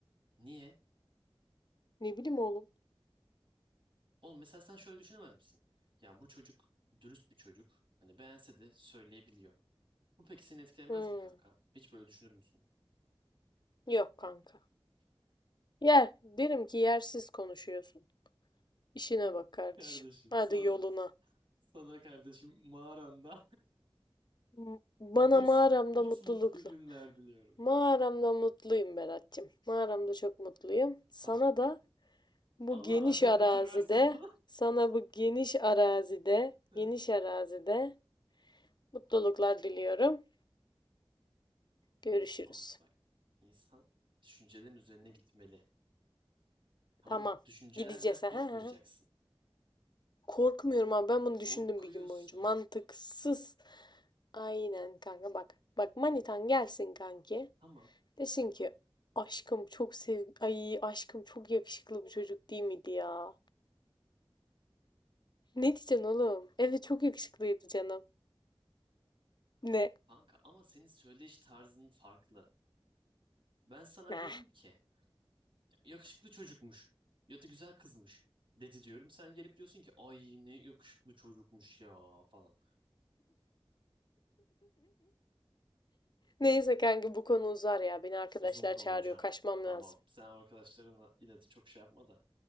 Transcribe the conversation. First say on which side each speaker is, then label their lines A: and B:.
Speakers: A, on the right (about 65°); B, on the left (about 50°).
A: niye?
B: Ne bileyim oğlum.
A: Oğlum mesela sen şöyle düşünemez misin? Ya bu çocuk dürüst bir çocuk. Hani beğense de söyleyebiliyor. Bu peki seni etkilemez
B: Hmm,
A: mi kanka? Hiç böyle düşünür müsün?
B: yok kanka. Yer, derim ki yersiz konuşuyorsun. İşine
A: <laughs>
B: bak kardeşim.
A: Kardeşim
B: Hadi
A: sana
B: yoluna.
A: sana kardeşim mağaranda
B: M-
A: <laughs>
B: Bana
A: mus
B: mağaramda
A: mus
B: mutlulukla.
A: mutlu günler diliyorum.
B: Mağaramda mutluyum Berat'cığım. Mağaramda çok mutluyum. Sana
A: Tamam.
B: da bu
A: Allah
B: geniş
A: akıl
B: arazide,
A: fikir versin.
B: sana bu geniş arazide,
A: <laughs>
B: geniş arazide mutluluklar diliyorum. Görüşürüz.
A: Oğlum bak. insan düşüncelerin üzerine gitmeli. Tamam
B: Tamam.
A: mı? Düşüncelerden
B: Gideceğiz.
A: korkmayacaksın.
B: Ha, ha, ha. Korkmuyorum abi. Ben bunu
A: Korkuyorsun.
B: düşündüm bir gün boyunca. Mantıksız. Aynen kanka bak. Bak manitan gelsin kanki.
A: Tamam
B: Desin ki aşkım çok sev ay aşkım çok yakışıklı bir çocuk değil miydi ya? Ne diyeceksin oğlum? Evet çok yakışıklıydı canım. Ne?
A: kanka ama senin söyleyiş tarzın farklı. Ben sana
B: <laughs> Ne?
A: diyorum ki yakışıklı çocukmuş ya da güzel kızmış dedi diyorum. Sen gelip diyorsun ki ay ne yakışıklı çocukmuş ya falan.
B: Neyse kanka bu konu uzar ya. Beni arkadaşlar
A: Uzun konu
B: çağırıyor.
A: hocam.
B: Kaçmam
A: Tamam.
B: lazım.
A: Sen arkadaşlarına yine de çok şey yapma da.